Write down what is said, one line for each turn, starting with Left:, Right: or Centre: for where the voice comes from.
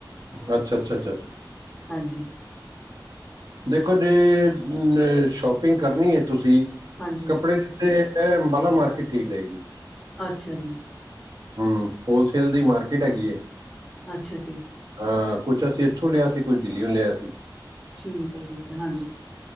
Right: ਅੱਛਾ-ਅੱਛਾ, ਅੱਛਾ।
Centre: ਹਾਂਜੀ।
Right: ਦੇਖੋ, ਜੇ, ਅ ਸ਼ੋਪਿੰਗ ਕਰਨੀ ਹੈ, ਤੁਸੀਂ?
Centre: ਹਾਂਜੀ
Right: ਕੱਪੜੇ ਦਿੱਤੇ ਏ, ਬਾਲਾ ਮਾਰਕੀਟ ਠੀਕ ਰਹੇਗੀ।
Centre: ਅੱਛਾ ਜੀ।
Right: ਹਾਂ, ਹੋਲਸੇਲ ਦੀ ਮਾਰਕੀਟ ਹੈਗੀ ਹੈ।
Centre: ਅੱਛਾ ਜੀ।
Right: ਹਾਂ, ਕੁੱਛ ਅਸੀਂ ਇੱਥੋਂ ਲਿਆ ਸੀ। ਕੁਝ ਦਿੱਲੀਓ ਲਿਆ ਸੀ।
Centre: ਠੀਕ ਹੈ-ਠੀਕ ਹੈ ਹਾਂਜੀ।